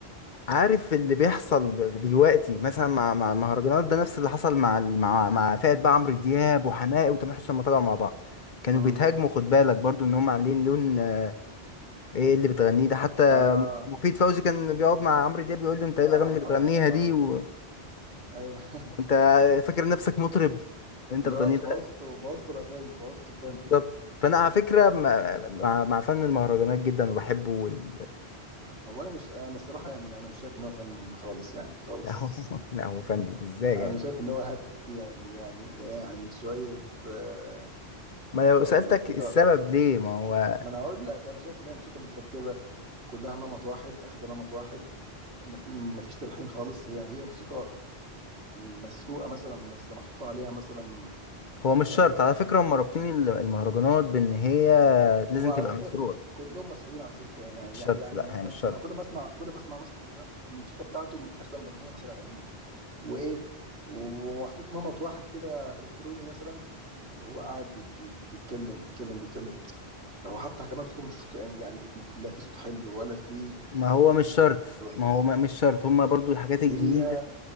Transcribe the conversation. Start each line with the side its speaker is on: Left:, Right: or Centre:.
Left: عارف اللي بيحصل دلوقتي مثلا مع مع المهرجانات ده نفس اللي حصل مع ال- مع مع فئة بقى عمرو دياب وحماقي وتامر حسني لما طلعوا مع بعض كانوا
Right: امم
Left: بيتهاجموا خد بالك برضو ان هم عاملين لون آه، ايه اللي بتغنيه ده حتى
Right: آه
Left: مفيد فوزي كان بيقعد مع عمرو دياب بيقول له انت
Right: آه
Left: ايه الاغاني اللي بتغنيها
Right: آه
Left: دي
Right: آه
Left: و...
Right: أيوه <laughs>
Left: وانت فاكر نفسك مطرب انت
Right: اللي
Left: بتغنيه
Right: هو أنتوا
Left: ده
Right: بوظتوا بوظتوا الأغاني بوظتوا الفن
Left: بالظبط فانا على فكرة
Right: آه
Left: مع مع, مع فن المهرجانات جدا وبحبه وال... <laughs>
Right: هو أنا مش أنا الصراحة يعني أنا مش شايف إن هو فن خالص يعني خالص
Left: لا هو لا هو فن ازاي
Right: أنا
Left: يعني
Right: شايف إن هو هبد يعني يعني يعني شوية آه
Left: ما
Right: آه
Left: لو سألتك
Right: موسيقى
Left: السبب ليه ما هو
Right: ما أنا هقول لك أنا شايف إن هي موسيقى متركبة كلها نمط واحد أخد نمط واحد ما فيش تلحين خالص هي هي موسيقى مسروقه مثلا بس محطوط عليها مثلا
Left: هو مش
Right: آه،
Left: شرط على فكرة هم رابطين ال- المهرجانات بإن هي لازم
Right: هو على
Left: تبقى
Right: فكره
Left: مسروقة
Right: كل كلهم مسروقين على فكره يعني يعني
Left: مش
Right: يعني
Left: شرط
Right: يعني
Left: لا
Right: انا
Left: هي مش
Right: انا
Left: شرط
Right: أنا كل ما اسمع كل ما اسمع مثلا مهرجان الموسيقى بتاعته متاخده من اغنيه مثلا قديمه وايه ومحطوط نمط واحد كده الكتروني مثلا وهو قاعد بيك بيتكلم بيتكلم بيتكلم هو حتى كمان صوته مش يعني لا في صوت حلو ولا في
Left: ما هو مش شرط
Right: <laughs>
Left: ما هو ما- مش شرط هم برضو الحاجات الجديدة
Right: هي